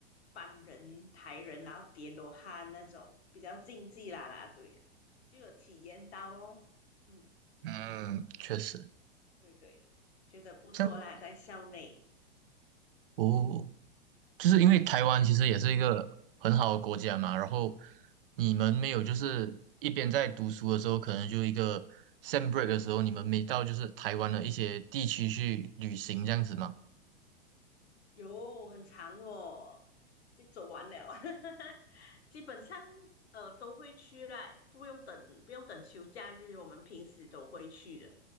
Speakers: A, on the left; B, on the right.
A: 搬人、抬人，然后叠罗汉那种比较竞技啦啦队，就有体验到哦。嗯，
B: 嗯，确实，
A: 对对。觉得不错啦，
B: 像
A: 在校内。
B: 哦，就是因为台湾其实也是一个很好的国家嘛，然后你们没有就是一边在读书的时候，可能就一个 sem break 的时候，你们没到就是台湾的一些地区去旅行这样子吗？
A: 有很长哦，就走完了，<laughs> 基本上呃都会去啦，不用等不用等休假日，我们平时都会去的，